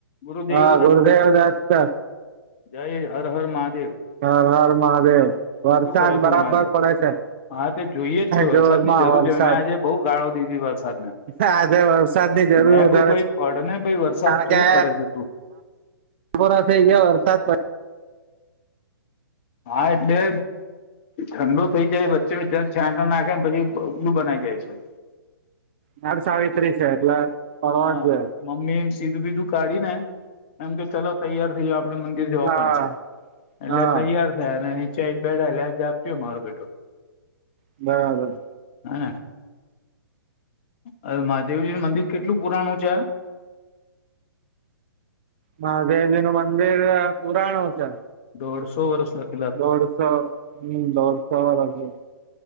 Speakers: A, on the left; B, on the right.
A: ગુરુદેવ
B: હા
A: દત્ત
B: ગુરુદેવ દત્ત
A: જય હર હર મહાદેવ
B: હર હર મહાદેવ વરસાદ
A: શું કરો
B: બરાબર
A: છો મહાદેવ
B: પડે છે.
A: હા તો જોઈએ જ છે વરસાદ
B: જોરમાં
A: ની જરૂર
B: વરસાદ
A: છે મેં આજે બહુ ગાળો દીધી વરસાદને
B: આજે વરસાદ ની જરૂર
A: મેં
B: વધારે
A: કું ભાઈ પડ ને ભાઈ વરસાદ
B: કારણ
A: શું
B: કે
A: કરે છે તું
B: રસ <unintelligible> ગયા વરસાદ પ
A: હા એટલે ઠંડો થઈ જાય વચ્ચે જ છાં <unintelligible> નાખે ને પછી ઓગલું બનાઈ જાય છે.
B: વટસાવિત્રી છે એટલે પડવા
A: હા
B: જ જોઈએ
A: મમ્મી એમ સીધું બીધું કાઢીને એમ કે ચલો તૈયાર થઈ જવો આપણે મંદિર જવાનું
B: હા
A: છે એટલે
B: હા
A: તૈયાર થયા અને નીચે આવીને બેઠા એટલે આ જ આપ્યું મારો બેઠું
B: બરાબર
A: હ ને હવે મહાદેવજી નું મંદિર કેટલું પુરાણું છે?
B: મહાદેવજીનું મંદિર પુરાણું છે.
A: દોઢસો વરસ લગ
B: દોઢસો હમ દોઢસા વર્ષ